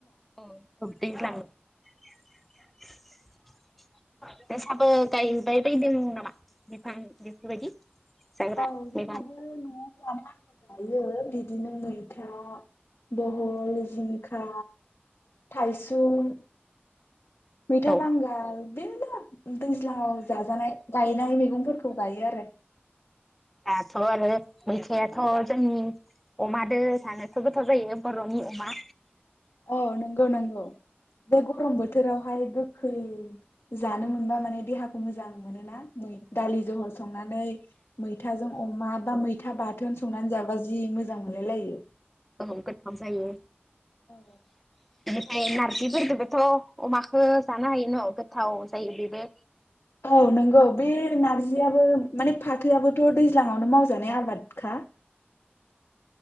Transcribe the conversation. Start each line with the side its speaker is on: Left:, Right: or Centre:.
Centre: अ औ दैज्लां नोंसाबो गायबाय बायदों नामा बिफां बेफोरबायदि जाग्रा
Left: औ जोंहाबो
Centre: मैगं
Left: न'आव जानो आनथा गायो बिदिनो मैथो बहल जिंखा थाइसुम मैथा
Centre: औ
Left: बांगाल मेल्ला दैज्लाङाव जाजानाय गायनाय मैगंफोरखौ गायो आरो <inaudible>
Centre: दाथ' आरो मैथायाथ' जोंनि अमादो जानोथ' गोथाव जायो बर'नि अमा
Left: औ नंगौ नंगौ बे गरम बोथोरावहाय गोखै जानो मोनबा माने देहा खौ मोजां मोनो ना दालि जहल संनानै मैथाजों अमा बा मैथा बाथोन संनानै जाबा जि मोजां मोजां मोनलायलायो।
Centre: औ गोथाम जायो।
Left: <unintelligible>
Centre: ओमफ्राय नारजिफोरदबोथ' अमाख जानो हाय न' गोथाव जायो बेबो।
Left: औ नंगौ बे नारजियाबो माने फाथोयाबोथ' दैज्लाङावनो मावजानाय आबादखा।